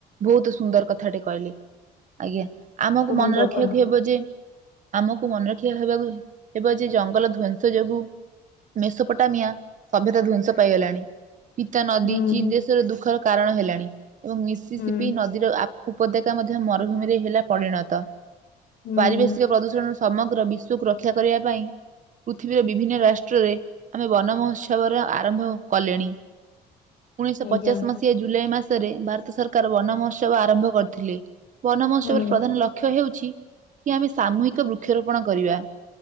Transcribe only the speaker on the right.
ବହୁତ ସୁନ୍ଦର କଥାଟେ କହିଲେ। ଆଜ୍ଞା ଆମକୁ
ମନେ ରଖିବାକୁ
ହେବ ଯେ। ଆମକୁ ମନେ ରଖିବା ହେବାକୁ ହେବ ଯେ ଜଙ୍ଗଲ ଧ୍ଵଂସ ଯୋଗୁ। ମେସୋପୋଟାମିଆ ସଭ୍ୟତା ଧ୍ଵଂସ ପାଇଗଲାଣି ପିତା ନଦୀ
ଚୀନରେ ସେରା ଦୁଃଖର କାରଣ ହେଲାଣି ଏବଂ ମିଶି
ସିିପି ନଦୀ। ନଦୀ ଉପତ୍ୟକା ମଧ୍ୟ ମରୁଭୂମିରେ ହେଲା ପରିଣତ
ପାରିବେଶିକ ପ୍ରଦୂଷଣ ସମଗ୍ର ବିଶ୍ଵକୁ ରକ୍ଷା କରିବା ପାଇଁ ପୃଥିବୀର ବିପ ବିଭିନ୍ନ ରାଷ୍ଟ୍ରରେ ଆମେ ବନ ମହୋତ୍ସବର ଆରମ୍ଭ କଲେଣି। ଉଣେଇଶହ
ପଚାଶ ମସିହା ଜୁଲାଇ ମାସରେ ଭାରତ ସରକାର ବନ ମହୋତ୍ସବ ଆରମ୍ଭ କରିଥିଲେ। ବନ ମହୋତ୍ସବର
ପ୍ରଧାନ ଲକ୍ଷ୍ୟ ହେଉଛି କି ଆମେ ସାମୋହିକ ବୃକ୍ଷରୋପଣ କରିବା।